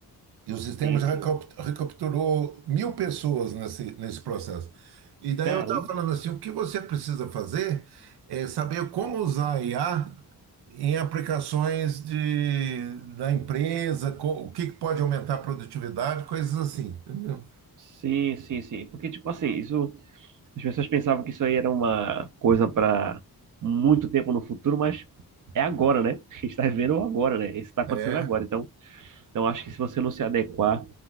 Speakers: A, on the right; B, on the right.
A: e o sistema
B: Sim,
A: já
B: sim.
A: recap- recapturou mil pessoas nesse, nesse processo. E daí
B: Caramba.
A: eu estava falando assim, o que você precisa fazer é saber como usar a IA em aplicações de, da empresa, co- o que que pode aumentar a produtividade, coisas assim, entendeu?
B: Sim, sim, sim. Porque, tipo assim, isso, as pessoas pensavam que isso aí era uma coisa para muito tempo no futuro, mas é agora, né? <laughs> A gente está vivendo o agora, né? Isso está acontecendo
A: É.
B: agora. Então, então, acho que se você não se adequar